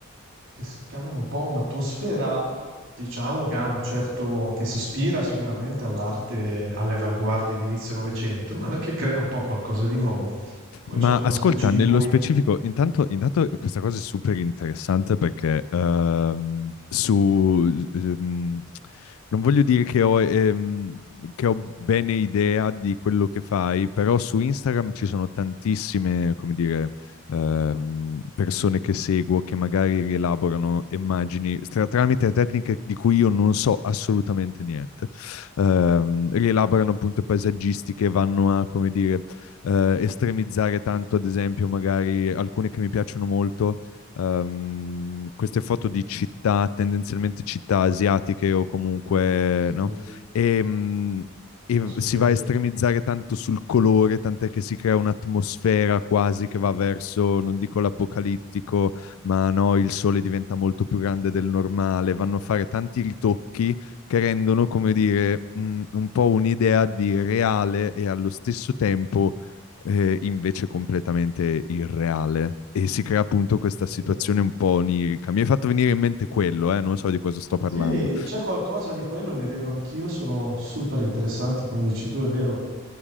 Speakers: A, on the right; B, on the left.
A: che, s- che hanno un po' un'atmosfera, diciamo, che ha un certo, che si ispira sicuramente all'arte, alle avanguardie di inizio Novecento, ma anche crea un po' qualcosa di nuovo. Poi
B: Ma
A: c'è una
B: ascolta,
A: specie di
B: nello
A: poetica.
B: specifico, intanto, intanto questa cosa è super interessante perché ehm, su... ehm, non voglio dire che ho, ehm, che ho bene idea di quello che fai, però su Instagram ci sono tantissime, come dire, ehm, persone che seguo che magari rielaborano immagini tra- tramite tecniche di cui io non so assolutamente niente. Ehm, rielaborano appunto paesaggistiche, vanno a, come dire, eh, estremizzare tanto, ad esempio, magari alcune che mi piacciono molto, ehm, queste foto di città, tendenzialmente città asiatiche o comunque,
A: Sì,
B: no? E, mh, e
A: conosco
B: si
A: bene.
B: va a estremizzare tanto sul colore, tant'è che si crea un'atmosfera quasi che va verso, non dico l'apocalittico, ma no, il sole diventa molto più grande del normale, vanno a fare tanti ritocchi che rendono, come dire, mh, un po' un'idea di reale e allo stesso tempo eh, invece completamente irreale. E si crea appunto questa
A: È
B: situazione
A: vero.
B: un po' onirica. Mi hai fatto venire in mente quello, eh, non so di cosa sto parlando.
A: Sì, c'è qualcosa di quello, le vedo anch'io, sono super interessanti, come dici tu, è vero.